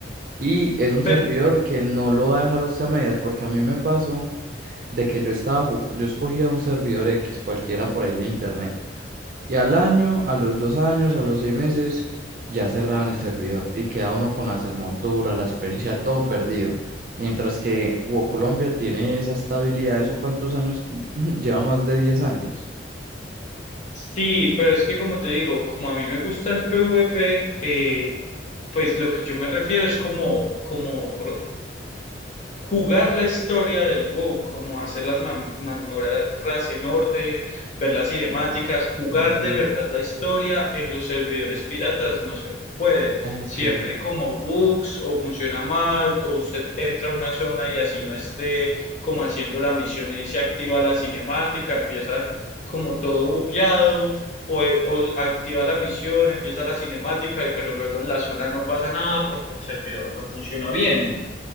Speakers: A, on the right; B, on the left.
A: Y es un
B: Pe-
A: servidor que no lo va a dejar a usted a medias, porque a mí me pasó. de que yo estaba, ju- yo escogía un servidor X, cualquiera por ahí de internet, y al año, a los dos años, a los seis meses, ya cerraban el servidor y queda uno con las desmonturas, la experiencia, todo perdido. Mientras que WoW Colombia tiene esa estabilidad, ¿eso cuántos años? <laughs> Lleva más de 10 años.
B: Sí, pero es que como te digo, como a mí me gusta el PvP, eh, pues lo que yo me refiero es como, como jugar la historia del WoW, como hacer las mam- mazmorras en orden, ver las cinemáticas, jugar
A: Mm,
B: de verdad la historia en los servidores piratas no se puede.
A: ok.
B: Siempre hay como bugs o funciona mal o usted entra a una zona y así no esté como haciendo la misión y se activa la cinemática, empieza como todo bugueado. O, o activa la misión, empieza la cinemática, y- pero luego en la zona no pasa nada porque el servidor no funciona bien.